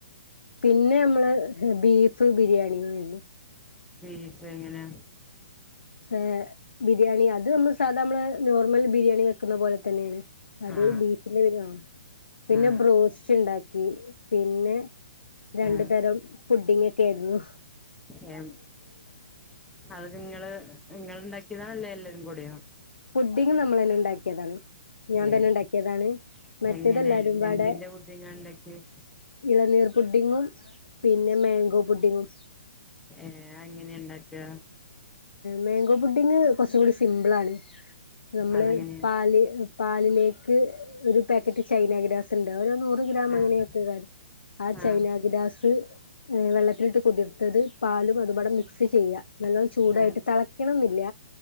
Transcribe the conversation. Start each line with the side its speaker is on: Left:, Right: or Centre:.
Left: പിന്നെ നമ്മള് ബീഫ് ബിരിയാണിയാർന്നു
Centre: ബീഫ് എങ്ങനെ?
Left: ഫെ ബിരിയാണി അത് നമ്മള് സാധാ നമ്മള് നോർമൽ ബിരിയാണി വെക്കുന്ന പോലെ തന്നെണ്. അത്
Centre: ആ
Left: ബീഫിന്റെ വെ <unintelligible> പിന്നെ
Centre: ആ
Left: ബ്രോസ്റ്റ് ഇണ്ടാക്കി പിന്നെ രണ്ടു
Centre: ആ
Left: തരം പുഡിങ്ങൊക്കെ ഏർന്നു.
Centre: ഏ അതൊക്കെ ഇങ്ങള് നിങ്ങള് ഇണ്ടാക്കിയതാ അല്ലേ എല്ലരും കൂടിയോ?
Left: ഫുഡിങ് നമ്മളന്നെ ഇണ്ടാക്കിയതാണ് ഞാൻ
Centre: ഏഹ്
Left: തന്നെ ഇണ്ടാക്കിയതാണ് മറ്റേതെല്ലാരുംപാടെ
Centre: എങ്ങനെ എന്തിന്റെ പുഡിങ്ങാ ഇണ്ടാക്കിയെ
Left: ഇളനീർ പുഡിങ്ങും പിന്നെ മേങ്കോ പുഡിങ്ങും
Centre: ഏ അതെങ്ങനെ ണ്ടാക്ക?
Left: മേങ്കോ പുുഡിങ്ങ് കൊർച്ചൂടി സിമ്പിളാണ് നമ്മള്
Centre: അതെങ്ങനെയാ
Left: പാല് പാലിലേക്ക് ഒരു പാക്കറ്റ് ചൈന ഗ്രാസ് ഇണ്ട് അതൊരു നൂ റ് ഗ്രാം
Centre: ആഹ്
Left: അങ്ങനെയൊക്കെ <unintelligible> ആ ചൈനഗ്രാസ്
Centre: ആഹ്
Left: ഹെ വെള്ളത്തിലിട്ട് കുതിർത്തത് പാലും അതുപാടെ മിക്സ് ചെയ്യ നല്ല ചൂടായിട്ട്
Centre: ആഹ്
Left: തളയ്ക്കണംന്നില്ല